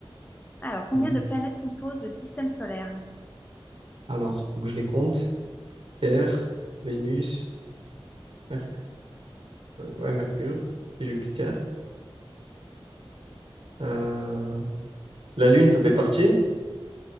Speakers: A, on the left (about 15°); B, on the right (about 60°).
A: Alors, combien
B: Mm.
A: de planètes composent le système solaire?
B: Alors, faut que je les compte. Terre, Vénus, Mercure, ouais, Mercure, et Jupiter. Euh, La Lune, ça fait partie. Je sais